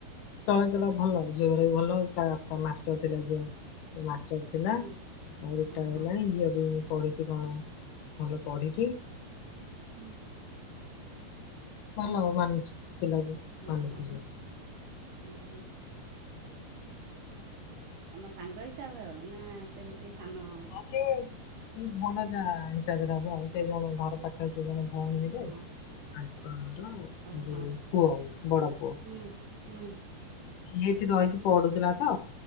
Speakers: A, on the left; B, on the right.
A: ଚଳେ ଚଳେ ଭଲ ଝିଅର ବି ଭଲ ତା ବାପ ମାଷ୍ଟର ଥିଲା ଝିଅ ମାଷ୍ଟର। ଥିଲା
B: ହୁଁ
A: ଆଉ ଏଇଟା
B: ଓହୋ
A: ହେଲାଣି ଝିଅ ବି ମୁ ପଢିଛି କଣ ଭଲ ପଢିଛି।
B: ହୁଁ।
A: ଭଲ ମାନୁଛି ପିଲାକୁ।
B: ଓ
A: ମାନୁଛି
B: ହୋ
A: ସେ।
B: ଉ ହୁଁ। ତମ ସାଙ୍ଗ ହିସାବ ହେବ ନା ସେମିତି ସାନ?
A: ଆ ସେ ଭଲ ଯା ହିସାବରେ ହବ ଆଉ ସେ ଜଣେ ଘର ପା ସେ ଜଣେ ଭଉଣୀ ହେବେ
B: ହଁ
A: ତାଙ୍କର
B: ଓହୋ
A: ଯୋଉ ପୁଅ ବଡ ପୁଅ।
B: ହୁଁ ହୁଁ।
A: ଚିଏଠି ରହିକି ପଡୁଥିଲା ତ